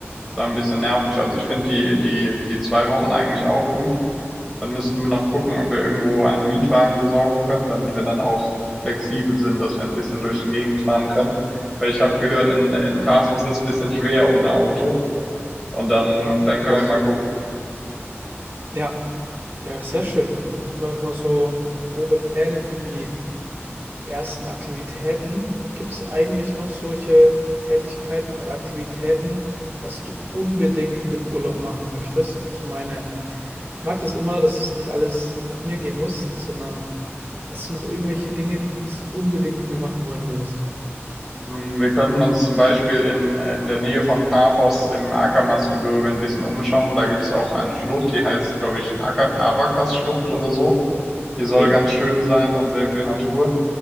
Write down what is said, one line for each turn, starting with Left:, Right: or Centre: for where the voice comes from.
Centre: Das war ein bisschen nervig. Also ich finde die, die, die zwei Wochen eigentlich auch gut. Dann müssten wir noch gucken, ob wir irgendwo einen Mietwagen besorgen können, damit wir dann auch flexibel sind, dass wir ein bisschen durch die Gegend fahren können. Weil ich habe gehört, in, in Paphos ist es ein bisschen schwer ohne Auto. Und dann,
Right: Ah,
Centre: dann können
Right: krass.
Centre: wir mal gucken.
Right: Ja, Ja, sehr schön. Dann haben wir schon mal so grobe Pläne für die ersten Aktivitäten. Gibt es eigentlich noch solche Tätigkeiten oder Aktivitäten, was du unbedingt in dem Urlaub machen möchtest? Ich meine, ich mag das immer, dass es nicht alles nach mir gehen muss, sondern hast du noch irgendwelche Dinge, die du unbedingt mit mir machen wollen würdest?
Centre: Hm, Wir könnten uns zum Beispiel in, in der Nähe von Paphos im Akamas-Gebirge ein bisschen umschauen. Da gibt es auch eine Schlucht, die heißt, glaube ich, Aka- Avakas-Schlucht oder so. Die
Right: Okay.
Centre: soll ganz schön sein und sehr viel Natur.